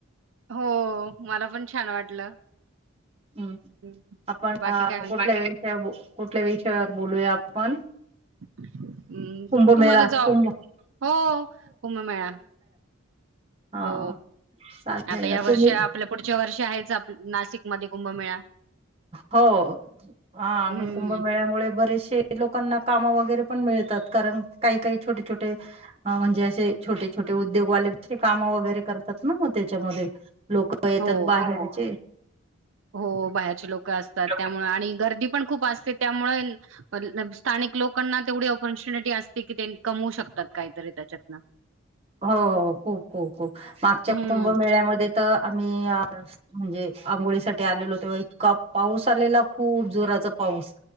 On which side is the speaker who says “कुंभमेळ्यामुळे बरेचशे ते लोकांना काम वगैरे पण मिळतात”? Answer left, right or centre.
Right